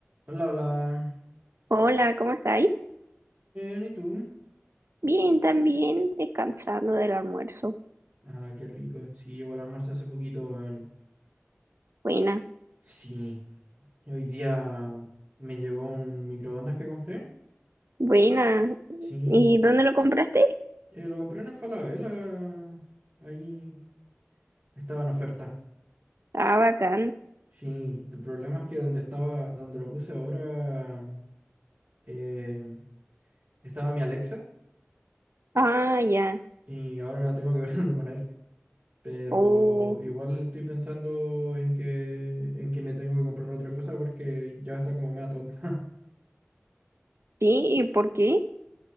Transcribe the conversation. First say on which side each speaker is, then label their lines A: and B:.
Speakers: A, on the right; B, on the right.
A: Hola, hola.
B: Hola, ¿cómo estáis?
A: Bien, ¿y tú?
B: Bien, también descansando del almuerzo.
A: Ah, qué rico. Sí, yo igual almorcé hace poquito, weón.
B: Buena,
A: Sí, hoy día me llegó un microondas que compré.
B: buena.
A: Sí,
B: ¿Y dónde lo compraste?
A: eh, lo compré en el Falabella. Ahí estaba en oferta.
B: Ah, bacán.
A: Sí, el problema es que donde estaba, donde lo puse ahora, eh, estaba mi Alexa
B: Ah, ya.
A: y ahora la tengo que ver <laughs> dónde poner. Pero
B: Oh,
A: igual estoy pensando en que, en que me tengo que comprar otra cosa porque ya está como media tonta. <laughs>
B: sí, ¿y por qué?